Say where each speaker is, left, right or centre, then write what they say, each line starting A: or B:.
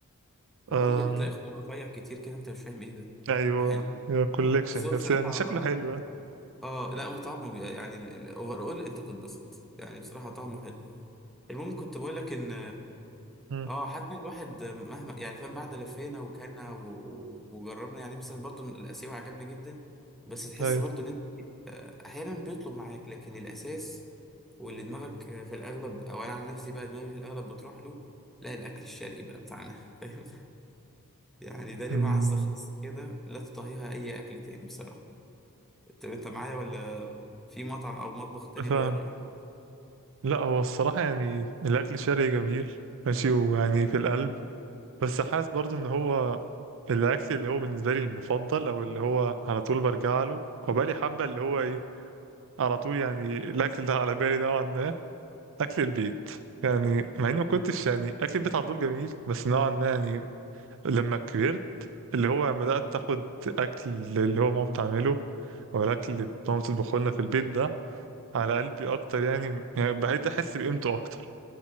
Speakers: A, in the centre; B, on the right.
A: ما
B: آم
A: هي بتلاقي خضار رفيع كتير كده أنت مش فاهم إيه ده
B: أيوه
A: <laughs>
B: يبقى كوليكشن
A: بس هو
B: بس
A: بصراحة
B: يعني شكله حلو يعني.
A: آه لا وطعمه بي- يعني الأوفر أول أنت بتتبسط يعني بصراحة طعمه حلو المهم كنت بقول لك إن
B: مم.
A: اه حتى الواحد مهما يعني فاهم بعد لفينا وكلنا و- و- وجربنا يعني مثلا برضو الاسيوي عجبنا جدا بس تحس
B: أيوه
A: برضو ان انت آه، احيانا بيطلب معاك لكن الاساس واللي دماغك آه، في الاغلب او انا عن نفسي بقى دماغي في الاغلب بتروح له لا الاكل الشرقي بقى بتاعنا <laughs> فاهم يعني ده ليه
B: مم.
A: معزة خاصة كده لا تطهيها اي اكل تاني بصراحة طب انت معايا ولا في مطعم او مطبخ تاني
B: فاهم.
A: غير رأيك
B: لا هو الصراحة يعني الأكل الشرقي جميل ماشي ويعني في القلب بس حاسس برضو إن هو الأكل اللي هو بالنسبة لي المفضل أو اللي هو على طول برجع له أو بقالي حبة اللي هو إيه على طول يعني الأكل ده على بالي نوعا ما أكل البيت يعني مع إني ما كنتش يعني أكل البيت على طول جميل بس نوعا ما يعني لما كبرت اللي هو لما بدأت تاخد أكل اللي هو ماما بتعمله
A: <laughs>
B: أو الأكل اللي ماما بتطبخه لنا في البيت ده على قلبي أكتر يعني, يعني بقيت أحس بقيمته أكتر